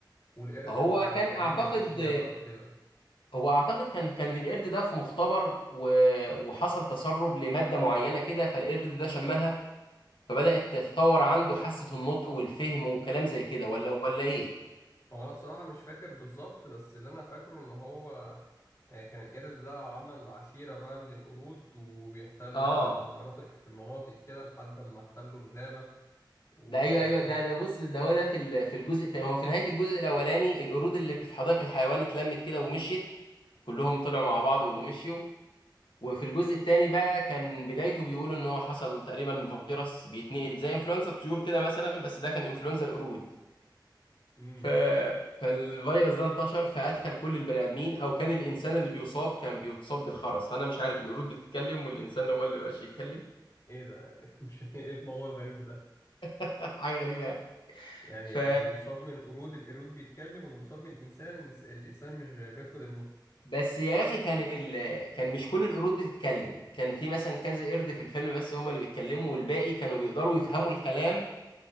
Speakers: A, on the left; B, on the left.
A: والقرد
B: هو
A: ده بقى
B: كان اعتقد
A: يعمل عشيرة بقى وكده
B: هو اعتقد كان كان القرد ده في مختبر و... وحصل تسرب لماده معينه كده فالقرد ده شمها فبدات تتطور عنده حاسه النطق والفهم وكلام زي كده ولا ولا ايه
A: هو انا الصراحه مش فاكر بالظبط بس اللي انا فاكره ان هو آه، كان القرد ده عمل عشيره بقى من القرود وبيحتلوا
B: اه
A: بقى مناطق في مناطق كده لحد ما احتلوا الغابه وكده
B: ده ايوه ايوه
A: تقريبا
B: ده ده بص ده هو ده في ال- في الجزء الثاني هو في نهايه الجزء الاولاني القرود اللي في حدائق الحيوان اتلمت كده ومشيت كلهم طلعوا مع بعض ومشيوا وفي الجزء الثاني بقى كان بدايته بيقول ان هو حصل تقريبا فيروس بيتنقل زي انفلونزا الطيور كده مثلا بس ده كان انفلونزا القرود
A: امم
B: ف... فالفيروس ده انتشر فقتل كل البني ادمين او كان الانسان اللي بيصاب كان بيتصاب بالخرس فانا مش عارف القرود بتتكلم والانسان هو اللي مبقاش يتكلم
A: ايه ده يعني <laughs> مش ايه الموضوع الغريب ده
B: <laughs> حاجه غريبه يعني
A: يعني
B: ف
A: يعني اللي بيصاب من القرود القرود بيتكلم واللي بيصاب من الانسان الانسان مش بيفقد النطق
B: بس يا اخي كان ال... كان مش كل القرود بتتكلم كان في مثلا كذا قرد في الفيلم بس هما اللي بيتكلموا والباقي كانوا بيقدروا يفهموا الكلام